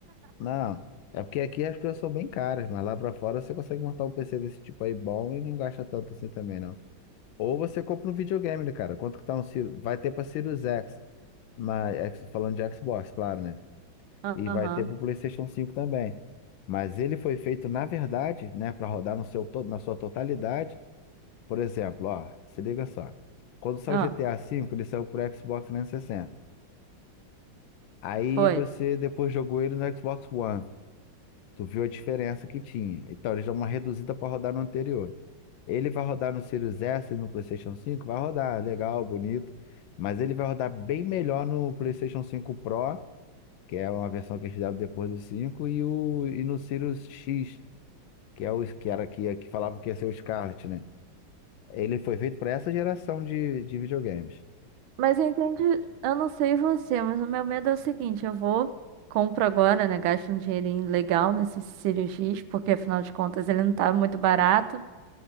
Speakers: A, on the left (about 75°); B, on the right (about 80°).
A: Não, é porque aqui as coisas são bem caras, mas lá pra fora você consegue montar um PC desse tipo aí bom e não gasta tanto assim também, não. Ou você compra um videogame, né, cara? Quanto que tá um Sirius? Vai ter pra Sirius X, mas X- falando de Xbox, claro, né?
B: Aham.
A: E vai ter pro PlayStation cinco também. Mas ele foi feito, na verdade, né, pra rodar no seu, to- na sua totalidade. Por exemplo, ó, se liga só. Quando saiu
B: Ah,
A: o GTA V, ele saiu pro Xbox trezentos e sessenta, Aí
B: foi.
A: você depois jogou ele no Xbox One. Tu viu a diferença que tinha. Então, eles dão uma reduzida para rodar no anterior. Ele vai rodar no Series S e no PlayStation 5? Vai rodar, legal, bonito. Mas ele vai rodar bem melhor no PlayStation 5 Pro, que é uma versão que eles fizeram depois do cinco e, o, e no Sirius X, que é o que era que, que falavam que ia ser o Scarlett, né? Ele foi feito para essa geração de, de videogames.
B: Mas entende, eu não sei você, mas o meu medo é o seguinte, eu vou, compro agora, né, gasto um dinheirinho legal nesses cirurgias, porque afinal de contas ele não tá muito barato.